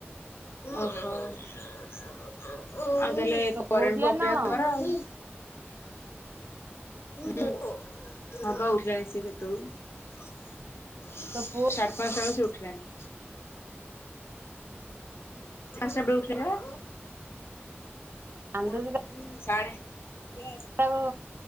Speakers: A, on the left; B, on the right.
A: ଓହୋ। ଆଉ ତାହେଲେ
B: ତୋ
A: କରେଣ୍ଡ
B: ପୁଅ ଉଠିଲାଣି
A: କୁ ଅପେକ୍ଷା
B: ନା କଣ
A: କର ଆଉ ହଁ ବା ଉଠିଲାଣି ସେ କେତେଳୁ। ସାଢ଼େ
B: ତୋ ପୁଅ
A: ପାଞ୍ଚଷ୍ଟା ବେଳୁ ସେ ଉଠିଲାଣି। ଆ ସୁବେ ଉଠିଗଲା
B: କାନ୍ଦୁଚି
A: ବା ସାଡେ ଉଁ
B: ତାକୁ